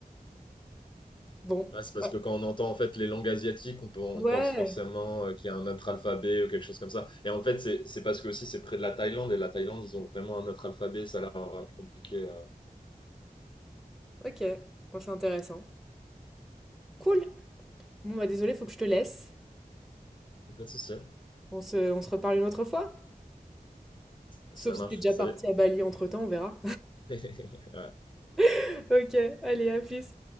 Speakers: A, in the centre; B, on the left.
A: Bon,
B: Ah, c'est parce
A: ouais,
B: que quand on entend en fait les langues asiatiques, on, peut- on
A: ouais,
B: pense forcément euh, qu'il y a un autre alphabet ou quelque chose comme ça. Et en fait, c'est c'est parce que aussi c'est près de la Thaïlande et la Thaïlande, ils ont vraiment un autre alphabet. Ça a l'air euh, compliqué. euh.
A: OK, bon, c'est intéressant. Cool! Bon, bah, désolé faut que je te laisse.
B: Pas de souci.
A: On se on se reparle une autre fois? Sauf
B: Ça
A: si
B: marche.
A: t'es déjà
B: Salut.
A: parti à Bali entre-temps, on verra.
B: <laughs> Ouais.
A: <laughs> OK, allez, à plus.